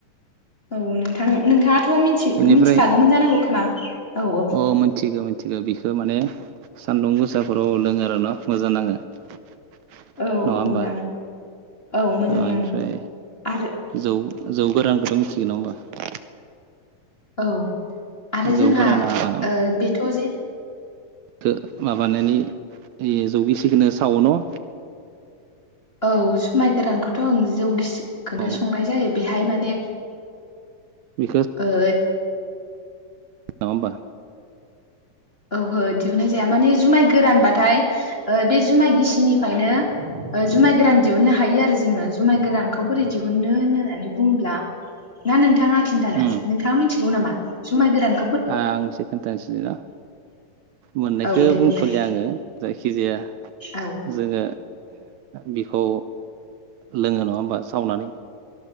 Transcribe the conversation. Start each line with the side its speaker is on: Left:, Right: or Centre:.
Left: औ नोंथां नोंथाङा थ' मिथि
Right: बेनिफ्राय
Left: मिथिखागौमोन जानांगौ खोमा। औ औ
Right: अ मिथिगौ मिथिगौ बिखौ माने सान्दुं गोसाफोराव लोङो आरो ना मोजां नाङो। नङा
Left: औ
Right: होमबा
Left: मोजां औ मोजां
Right: ओ
Left: नाङो
Right: इनिफ्राय
Left: आरो
Right: जौ जौ गोरान बेथ' मिथिगो नङा होमबा?
Left: औ। आरो
Right: जौ
Left: जोंहा
Right: गोरानाखौ
Left: ओ बेथ' जे
Right: गो माबानानै जौगिसिखोनो सावो न?
Left: औ जुमाय गोरानखौथ' आं जौ गिसिखौनो
Right: औ
Left: संनाय जायो बेहाय माने
Right: बेखौ
Left: ओ।
Right: नङा होमबा?
Left: औहो दिहुननाय जाया माने जुमाय गोरानबाथाय ओ बे जुमाय गिसिनिफ्रायनो जुमाय गोरान दिहुननो हायो आरो जोङो जुमाय गोरानखौ बोरै दिहुननो होननानै बुङोब्ला ना नोंथाङा खिन्थानो
Right: उम
Left: नोंथाङा मिथिगौ नामा जुमाय गोरान
Right: आं इसे खोनथानसै ना मोननायखौ
Left: औ दे
Right: बुंथ'लिया
Left: बुंनाय
Right: आङो जायखिजाया
Left: औ
Right: जोङो बि खौ लोङो नङा होमबा सावनानै?